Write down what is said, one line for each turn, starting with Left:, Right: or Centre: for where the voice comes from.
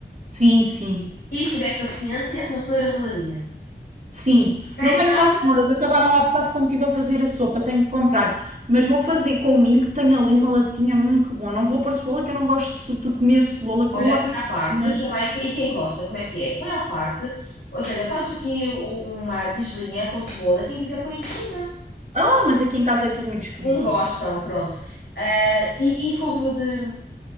Right: Sim, sim.
Left: e se tiveres paciência, uma cenoura raladinha.
Right: Sim,
Left: Cá
Right: não
Left: em
Right: tenho
Left: casa,
Right: cá cenouras, acabaram há bocado quando estive a fazer a sopa, tenho que comprar, mas vou fazer com milho, que tenho ali uma latinha, hum, que bom, não vou pôr cebola, que eu não gosto de su- de comer cebola
Left: olha,
Right: crua,
Left: põe à parte
Right: mas,
Left: também, que- e quem gosta, como é que é? Põe à parte, ou seja, fazes aqui o- uma tigelinha com cebola, quem quiser põe em cima.
Right: ah, mas aqui em casa é tudo muito esquisitinho,
Left: Nem gostam, pronto. Ah, e, e couve de